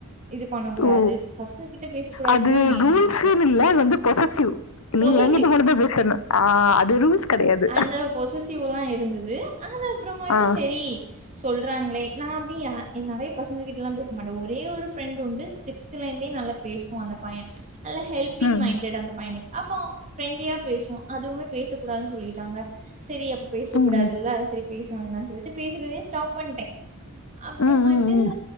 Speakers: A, on the right; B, on the left.
A: இது பண்ணக் கூடாது
B: ஓ
A: பச ங்ககிட்ட பேசக்கூடாதுன்னுதா
B: அது
A: மெயின்
B: ரூல்ஸ்ன்னு
A: ரூல்ஸே
B: இல்ல அது வந்து பொசசிவ்
A: பொசஸிவ்
B: நீ என்கிட்ட மட்டுந்தா பேசணு ஆ அது ரூல்ஸ் கெடையாது
A: அந்த பொசஸிவ்லா இருந்தது அது அப்புறமாட்டு
B: ஆ
A: செரி சொல்றாங்களே நா அப்டி நெறைய பசங்ககிட்ட எல்லா பேச மாட்டே ஒரே ஒரு ஃப்ரெண்ட் உண்டு சிக்ஸ்த்துல இருந்தே நல்லா பேசுவா அந்த பைய நல்ல ஹெல்ப்பிங்
B: ம்
A: மைண்டட் அந்த பையனுக்கு அப்போ ஃப்ரெண்ட்லியா பேசுவோ அதுவுமே பேசக்கூடாதுன்னு சொல்லிட்டாங்க சரி அப்ப பேசக்கூடாதுல்ல
B: ம்
A: செரி பேச வேண்டான்னு சொல்ட்டு பேசுறதயே ஸ்டாப் பண்ட்டே அப்றமாட்டு
B: ம் ம் ம்